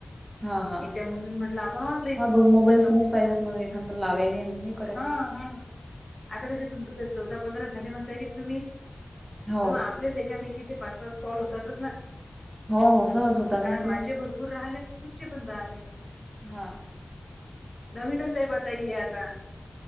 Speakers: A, on the right (about 60°); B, on the left (about 60°).
A: हा हा
B: याच्यामून म्हटलं आपण ऑनलाईन
A: हा दोन मोबाईल
B: फोन लावू
A: सहज
B: शकतो.
A: पाहिजेच मग एखादा लावायले आणि हे करायले
B: हा हा. आता कसे तुमच चौदा पंधरा झाले म्हणताय की तुम्ही
A: हो
B: तू आ पल्या एकामेकीचे पाच पाच कॉल होतातच ना.
A: हो हो सहज होतात
B: कारण
A: नाही तर
B: माझे
A: काय
B: भरपूर राहाले तुमचे? पण गार आहे
A: हा
B: नवीन जय बताये आता